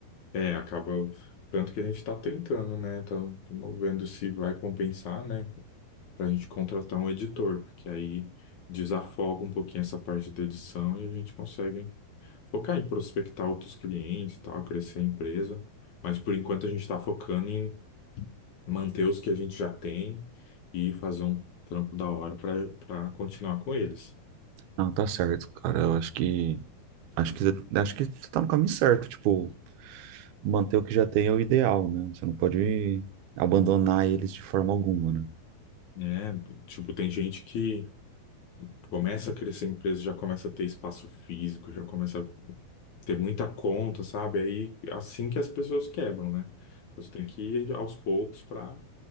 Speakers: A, on the left; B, on the right.
A: É, acaba tanto que a gente está tentando, né? Estamos vendo se vai compensar, né? Para a gente contratar um editor, porque aí desafoga um pouquinho essa parte da edição e a gente consegue focar em prospectar outros clientes, e tal, crescer a empresa, mas por enquanto a gente está focando em manter os que a gente já tem e fazer um trampo da hora para para continuar com eles.
B: Não, tá certo, cara. Eu acho que. Acho que, acho que você tá no caminho certo. Tipo, manter o que já tem é o ideal, né? Você não pode abandonar eles de forma alguma, né?
A: né? tipo, tem gente que começa a crescer a empresa, já começa a ter espaço físico, já começa a ter muita conta, sabe? Aí assim que as pessoas quebram, né? Então você tem que ir aos poucos para